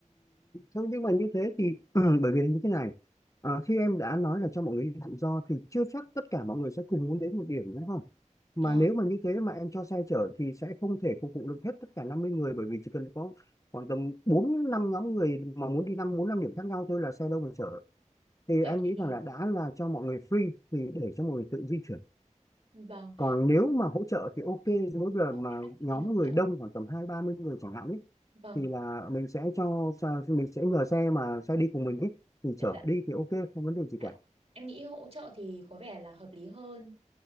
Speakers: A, on the left; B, on the right.
A: thế nhưng mà như thế thì <clears throat> bởi vì là như thế này Ờ, khi em đã nói là cho mọi người đi tự do thì chưa chắc tất cả mọi người sẽ cùng muốn đến một điểm đúng mà
B: Ờ,
A: nếu mà như thế mà em cho xe chở thì sẽ không thể phục vụ được hết tất cả 50 người bởi vì chỉ cần có khoảng tầm 4 5 nhóm người mà muốn đi năm 4 5 điểm khác nhau thôi là xe đâu mà chở. Thì
B: vậy
A: anh nghĩ
B: thì
A: rằng là đã là cho mọi người free thì để cho mọi người tự di chuyển.
B: vâng,
A: Còn nếu mà hỗ trợ thì ok, mỗi lần mà
B: em đã nghĩ
A: nhóm
B: đến hỗ
A: người
B: trợ.
A: đông khoảng tầm hai ba mươi người chẳng hạn ấy
B: Vâng,
A: thì là mình sẽ cho cho- mình sẽ nhờ xe mà xe đi cùng mình ấy thì
B: em
A: chở
B: dạ.
A: họ đi thì ok, không vấn đề gì
B: Dạ.
A: cả.
B: Em nghĩ hỗ trợ thì có vẻ là hợp lý hơn.